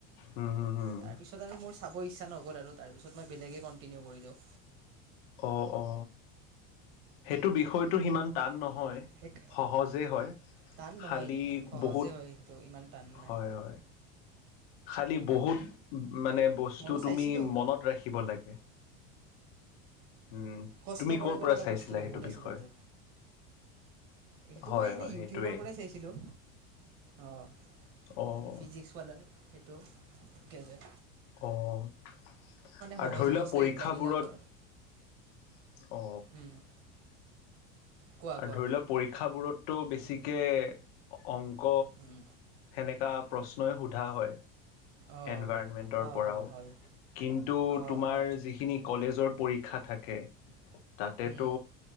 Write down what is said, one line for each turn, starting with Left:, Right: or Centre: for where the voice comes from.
Left: হুম হুম হুম
Right: তাৰপিছত আৰু মোৰ চাব ইচ্ছা নগল। ল 'আৰু তাৰপিছত মই বেলেগেই কণ্টিনিউ কৰি দিওঁ।
Left: অ, অ। সেইটো বিষয়টো সিমান টান নহয়। হয়,
Right: এক
Left: সহজেই হয়।
Right: টান নহয়
Left: খালী
Right: সহজে
Left: বহুত
Right: হয় সেইটো ইমান টান নাই
Left: হয়, হয়। খালি বহুত মানে বস্তু
Right: ময়ো চাইছিলোঁ
Left: তুমি মনত ৰাখিব লাগে। উম,
Right: কষ্ট
Left: তুমি
Right: কৰিব
Left: কৰ পৰা
Right: লগা
Left: চাইছিলা
Right: বস্তু বহুত
Left: সেইটো বিষয়?
Right: আছে তাতে সেইটো
Left: হয়
Right: মই এনেই
Left: হয়
Right: ইউটিউবৰ
Left: সেইটোৱেই
Right: পৰাই চাইছিলোঁ। অঁ,
Left: অঁ
Right: ফিজিক্সৱালাৰ। সেইটো ঠিকে যে।
Left: অ, আৰু
Right: সহজ
Left: ধৰি
Right: সহজতাইত
Left: লোৱা পৰীক্ষাবোৰত
Right: লাগিল আগৰ
Left: অ
Right: উম কোৱা
Left: আৰু
Right: কোৱা
Left: ধৰি লোৱা পৰীক্ষাবোৰত টো বেছিকে অংক
Right: উম
Left: সেনেকা প্ৰশ্নই, সোধা হয়।
Right: অ
Left: এনভাইৰণমেন্টৰ
Right: অ
Left: পৰাও
Right: অ হয়
Left: কিন্তু,
Right: অ
Left: তোমাৰ
Right: অ
Left: যিখিনি কলেজৰ পৰীক্ষা থাকে তাতেতো
Right: উম